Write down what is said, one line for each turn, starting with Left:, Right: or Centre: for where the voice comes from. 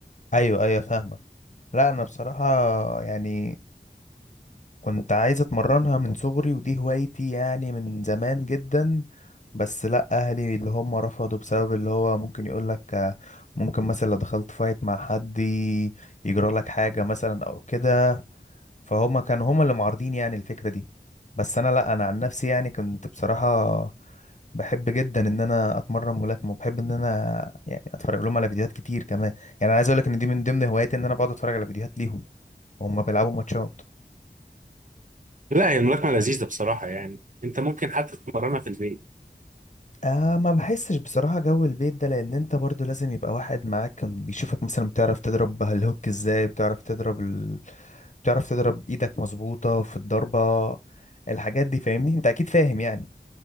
Left: ايوه ايوه فاهمك لا انا بصراحة يعني كنت عايز اتمرنها من صغري ودي هوايتي يعني من زمان جدا بس لا اهلي اللي هم رفضوا بسبب اللي هو ممكن يقول لك ممكن مثلا لو دخلت فايت مع حد يجرى لك حاجة مثلا او كده فهم كانوا هم اللي معارضين يعني الفكرة دي بس انا لا انا عن نفسي يعني كنت بصراحة بحب جدا ان انا اتمرن ملاكمه وبحب ان انا يعني اتفرج لهم على فيديوهات كتير كمان يعني انا عايز اقول لك ان دي من ضمن هواياتي ان انا بقعد اتفرج على فيديوهات ليهم وهم بيلعبوا ماتشات
Right: لا هي الملاكمة لذيذة بصراحة يعني انت ممكن حتى تتمرنها في البيت
Left: آه ما بحسش بصراحه جو البيت ده لان انت برضو لازم يبقى واحد معاك كان بيشوفك مثلا بتعرف تضرب الهوك ازاي بتعرف تضرب ال... بتعرف تضرب ايدك مظبوطه في الضربه الحاجات دي فاهمني انت اكيد فاهم يعني